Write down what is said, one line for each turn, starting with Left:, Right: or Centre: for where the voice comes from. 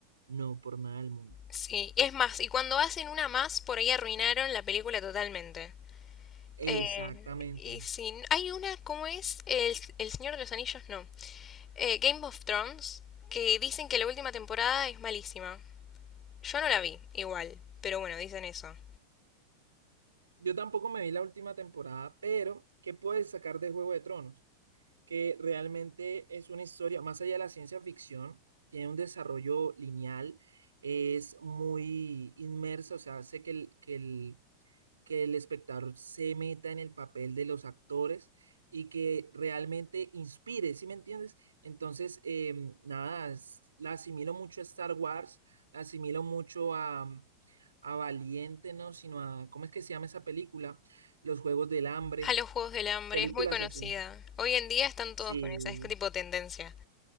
Right: no por nada del mundo.
Left: Sí, es más, y cuando hacen una más, por ahí arruinaron la película totalmente.
Right: Exactamente.
Left: Eh, y si hay una, ¿cómo es? El, el Señor de los Anillos, no. Eh, Game of Thrones, que dicen que la última temporada es malísima. Yo no la vi, igual, pero bueno, dicen eso.
Right: Yo tampoco me vi la última temporada, pero ¿qué puedes sacar de Juego de Tronos? Que realmente es una historia, más allá de la ciencia ficción, tiene un desarrollo lineal, es muy inmersa, o sea, hace que el, que el que el espectador se meta en el papel de los actores y que realmente inspire, ¿sí me entiendes? Entonces, eh, nada, es- la asimilo mucho a Star Wars, la asimilo mucho a, mm, a Valiente, ¿no? Sino a, ¿cómo es que se llama esa película? Los Juegos del Hambre,
Left: A los Juegos del Hambre,
Right: películas
Left: es muy conocida.
Right: así.
Left: Hoy en día están
Right: Sí.
Left: todos con esa, es tipo tendencia.